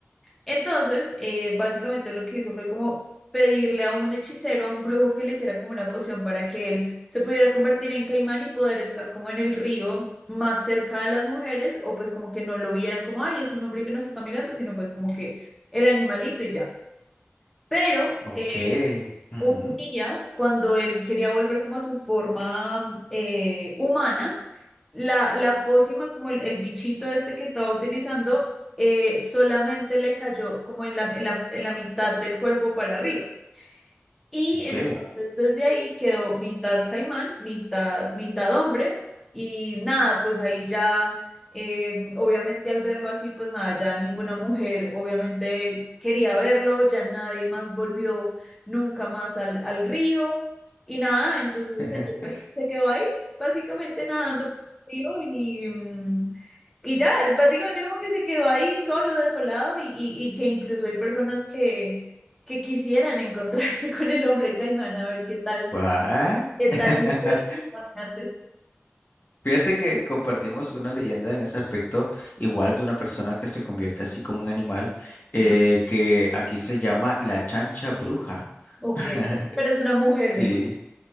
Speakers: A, in the centre; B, on the left.
A: entonces, eh, básicamente lo que hizo fue como pedirle a un hechicero, a un brujo que le hiciera como una poción para que él se pudiera convertir en caimán y poder estar como en el río más cerca de las mujeres o pues como que no lo vieran como, ay, es un hombre que nos está mirando, sino pues como que el animalito y ya. Pero
B: Ok.
A: eh,
B: Ujú.
A: un día, cuando él quería volver como a su forma eh, humana, la, la pócima, como el, el bichito este que estaba utilizando, eh, solamente le cayó como en la, en la, en la mitad del cuerpo para arriba. Y
B: Ok.
A: entonces desde ahí quedó mitad caimán, mitad, mitad hombre. Y nada, pues ahí ya, eh, obviamente al verlo así, pues nada, ya ninguna mujer obviamente quería verlo, ya nadie más volvió nunca más al, al río. Y nada, entonces
B: <laughs>
A: el señor pues que se quedó ahí, básicamente nadando por el río y, mm, y ya, básicamente como que se quedó ahí solo, desolado y, y y que incluso hay personas que que quisieran encontrarse con el hombre caimán a ver qué tal,
B: ¿What?
A: qué tal.
B: <laughs>
A: luce. Imagínate.
B: Fíjate que compartimos una leyenda en ese aspecto, igual de una persona que se convierte así como un animal, eh,
A: Ajá.
B: que aquí se llama la chancha bruja.
A: Ok,
B: <laughs>
A: pero es una mujer,
B: Sí.
A: me imagino.